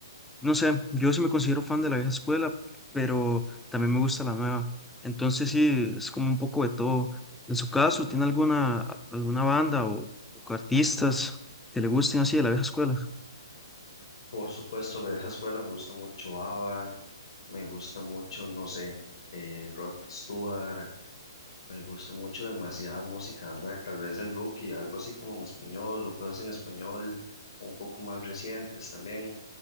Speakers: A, in the centre; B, on the left.
A: No sé, yo sí me considero fan de la vieja escuela, pero también me gusta la nueva. Entonces sí, es como un poco de todo. En su caso, ¿tiene alguna, alguna banda o, o artistas que le gusten así de la vieja escuela?
B: Por supuesto, la vieja escuela me gusta mucho ABBA, me gusta mucho, no sé, eh, Rod Stewart Me gustó mucho demasiada música, ¿verdad? Tal vez el Rookie, algo así como en español, o cosas en español un poco más recientes también.